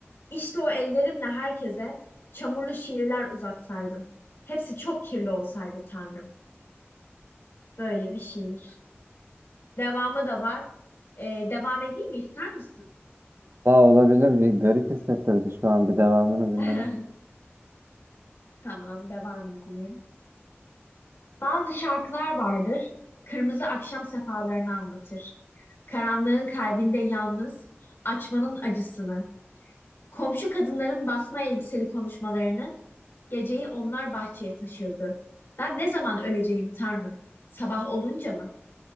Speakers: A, on the left; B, on the right.
A: İşte o ellerimle herkese çamurlu şiirler uzatsaydım. Hepsi çok kirli olsaydı Tanrım. Böyle bir şiir. Devamı da var. Ee, devam edeyim mi? İster misin?
B: Daha olabilir bir garip hissettirdi şu an bir devamını dinlemek.
A: <laughs> Tamam, devam edeyim. Bazı şarkılar vardır. Kırmızı akşam sefalarını anlatır. Karanlığın kalbinde yalnız, açmanın acısını, komşu kadınların basma elbiseli konuşmalarını, geceyi onlar bahçeye taşırdı. Ben ne zaman öleceğim Tanrım? Sabah olunca mı?